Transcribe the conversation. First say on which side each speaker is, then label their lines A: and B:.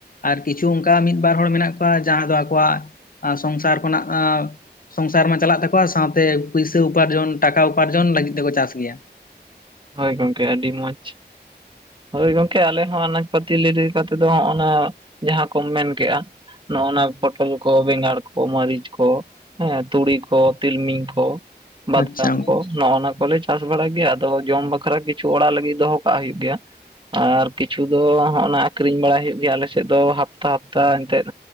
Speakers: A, on the left; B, on the right.
A: ᱟᱨ ᱠᱤᱪᱷᱩ ᱚᱝᱠᱟ ᱢᱤᱫ ᱵᱟᱨ ᱦᱚᱲ ᱢᱮᱱᱟᱜ ᱠᱚᱣᱟ ᱡᱟᱦᱟᱸ ᱫᱚ ᱟᱠᱚᱣᱟᱜ ᱥᱚᱝᱥᱟᱨ ᱠᱷᱚᱱᱟᱜ ᱟᱸ ᱥᱚᱝᱥᱟᱨ ᱢᱟ ᱪᱟᱞᱟᱜ ᱛᱟᱠᱚᱣᱟ ᱥᱟᱶᱛᱮ ᱯᱩᱭᱥᱟᱹ ᱩᱯᱟᱨᱡᱚᱱ ᱴᱟᱠᱟ ᱩᱯᱟᱨᱡᱚᱱ ᱞᱟᱹᱜᱤᱫ ᱛᱮ ᱠᱚ ᱪᱟᱥ ᱜᱮᱭᱟ
B: ᱦᱳᱭ ᱜᱚᱝᱠᱮ ᱟᱹᱰᱤ ᱢᱚᱡᱽ ᱦᱳᱭ ᱜᱚᱝᱠᱮ ᱟᱞᱮ ᱦᱚᱸ ᱟᱱᱟᱡᱽ ᱯᱟᱹᱛᱤ ᱞᱤᱨ ᱞᱮᱠᱟ ᱛᱮ ᱫᱚ ᱚᱱᱟ ᱡᱟᱦᱟᱸ ᱠᱚᱢ ᱢᱮᱱ ᱠᱮᱜᱼᱟ ᱱᱚ-ᱚᱱᱟ ᱯᱚᱴᱚᱞ ᱠᱚ, ᱵᱮᱸᱜᱟᱲ ᱠᱚ, ᱢᱟᱹᱨᱤᱪ ᱠᱚ ᱦᱮᱸ ᱛᱩᱲᱤ ᱠᱚ ᱛᱤᱞᱢᱤᱧ ᱠᱚ ᱵᱟᱫᱟᱢ
A: ᱟᱪᱪᱷᱟ
B: ᱠᱚ ᱱᱚᱜᱼᱚᱱᱟ ᱠᱚ ᱞᱮ ᱪᱟᱥ ᱵᱟᱲᱟᱭ ᱜᱮᱭᱟ ᱟᱫᱚ ᱡᱚᱢ ᱵᱟᱠᱷᱨᱟ ᱠᱤᱪᱷᱩ ᱚᱲᱟᱜ ᱞᱟᱹᱜᱤᱫ ᱫᱚᱦᱚ ᱠᱟᱜ ᱦᱩᱭᱩᱜ ᱜᱮᱭᱟ ᱟᱨ ᱠᱤᱪᱷᱩ ᱫᱚ ᱦᱚᱸᱜ-ᱚᱱᱟ ᱟᱠᱷᱨᱤᱧ ᱵᱟᱲᱟᱭ ᱦᱩᱭᱩᱜ ᱜᱮᱭᱟ ᱟᱞᱮ ᱥᱮᱫ ᱫᱚ ᱦᱟᱯᱛᱟ ᱦᱟᱯᱛᱟ ᱮᱱᱛᱮᱫ